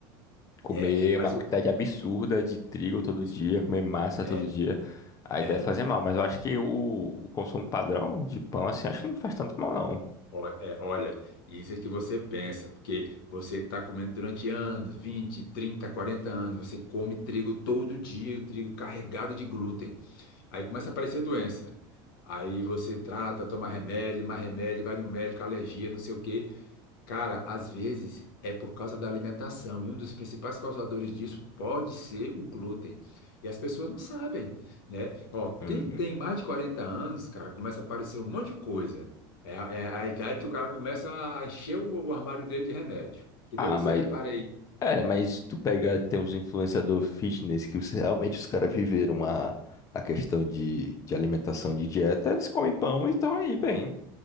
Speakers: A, on the left; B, on the left.
A: comer
B: é, mas
A: uma quantidade
B: o,
A: absurda de trigo todo
B: isso,
A: dia, comer massa
B: é,
A: todo dia, aí
B: é,
A: deve fazer mal. Mas eu acho que o, o consumo padrão de pão, assim, acho que não faz tanto mal, não.
B: ó- é, olha, isso é que você pensa, porque você está comendo durante anos, 20, 30, 40 anos, você come trigo todo dia, o trigo carregado de glúten. Aí começa a aparecer doença. Aí você trata, toma remédio, mais remédio, vai no médico, alergia, não sei o quê. Cara, às vezes é por causa da alimentação. E um dos principais causadores disso pode ser o glúten. E as pessoas não sabem, né? Ó,
A: Uhum.
B: quem tem mais de 40 anos, cara, começa a aparecer um monte de coisa. É, a é a idade que o cara começa a encher o, o armário dele de remédio. Que
A: Ah,
B: bem você
A: mas,
B: repara
A: é, mas tu pega, tem uns influenciador fitness que os- realmente os caras viveram a, a questão de, de alimentação, de dieta, eles comem pão e estão aí bem.